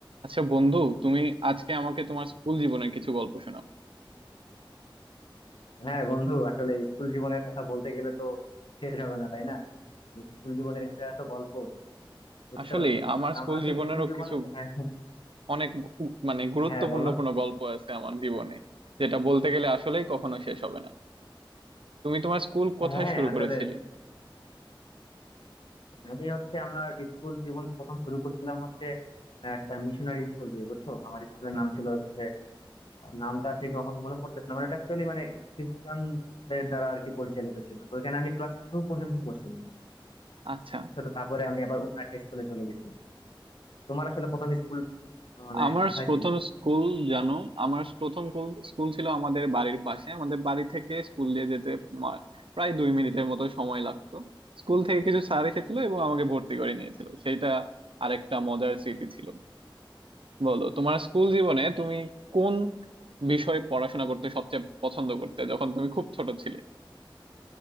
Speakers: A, on the right (about 80°); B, on the left (about 70°).
A: আচ্ছা বন্ধু তুমি আজকে আমাকে তোমার স্কুল জীবনের কিছু গল্প শোনাও
B: হ্যাঁ বন্ধু আসলে স্কুল জীবনের কথা বলতে গেলে তো শেষ হবে না তাই না স্কুল জীবনের এত এত গল্প বুঝছো
A: আসলে আমার
B: তা
A: স্কুল
B: আমার আসলে
A: জীবনেরও
B: স্কুল জীবন
A: কিছু
B: হ্যাঁ
A: অনেক গু- মানে গুরুত্বপূর্ণ
B: হ্যাঁ, বলো
A: কোনো গল্প আছে আমার জীবনে যেটা বলতে গেলে আসলেই কখনো শেষ হবে না তুমি তোমার স্কুল কোথায়
B: হ্যাঁ
A: শুরু
B: আসলে
A: করেছিলে
B: আমি হচ্ছে আমার স্কুল জীবন প্রথম শুরু করছিলাম হচ্ছে একটা মিশনারি স্কুল দিয়ে বুঝছো আমার স্কুলের নাম ছিল হচ্ছে নামটা ঠিক এখন মনে পড়তেছে না মানে এটা অ্যাকচুয়ালি মানে খ্রিস্টানদের দ্বারা আর কি পরিচালিত ছিল তো ওখানে আমি ক্লাস টু পর্যন্ত পড়ছিলাম
A: আচ্ছা
B: বুঝছো তো তারপরে আমি আবার অন্য একটা স্কুলে চলে গেছি তোমার আসলে প্রথম স্কুল মানে
A: আমার
B: কোথায়
A: প্রথম
B: ছিল
A: স্কুল জানো আমার প্রথম কোল- স্কুল ছিল আমাদের বাড়ির পাশে আমাদের বাড়ি থেকে স্কুল দিয়ে যেতে মা- প্রায় দুই মিনিটের মতো সময় লাগতো স্কুল থেকে কিছু স্যার এসেছিল এবং আমাকে ভর্তি করে নিয়েছিল সেটা আরেকটা মজার স্মৃতি ছিল বলো তোমার স্কুল জীবনে তুমি কোন বিষয়ে পড়াশোনা করতে সবচেয়ে পছন্দ করতে যখন তুমি খুব ছোট ছিলে